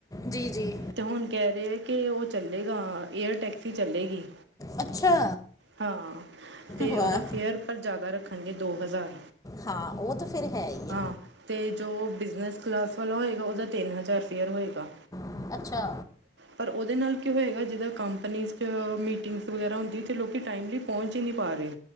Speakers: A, on the left; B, on the right.
A: ਜੀ ਜੀ
B: ਤੇ ਹੁਣ ਕਹਿ ਰਹੇ ਆ ਕਿ ਏ ਉਹ ਚੱਲੇਗਾ ਏਅਰ ਟੈਕਸੀ ਚੱਲੇਗੀ।
A: ਅੱਛਾ
B: ਹਾਂ ਤੇ
A: ਵਾਹ
B: ਉਹਦਾ ਫੇਅਰ ਜ਼ਿਆਦਾ ਰੱਖਣਗੇ ਦੋ ਹਜ਼ਾਰ
A: ਹਾਂ ਉਹ ਤਾਂ ਫਿਰ ਹੈ ਹੀ
B: ਹਾਂ ਤੇ ਜੋ ਬਿਜਨਸ ਕਲਾਸ ਵਾਲਾ ਹੋਏਗਾ ਉਹਦਾ ਤਿੰਨ ਹਜ਼ਾਰ ਫੇਅਰ ਹੋਏਗਾ।
A: ਹੈ ਅੱਛਾ
B: ਪਰ ਉਹਦੇ ਨਾਲ ਕੀ ਹੋਏਗਾ ਜ ਕੰਪਨੀ ਚ ਮੀਟਿੰਗਸ ਵਗੈਰਾ ਹੁੰਦੀ ਤੇ ਲੋਕ ਟਾਈਮਲੀ ਪਹੁੰਚ ਈ ਨੀ ਪਾ ਰੇ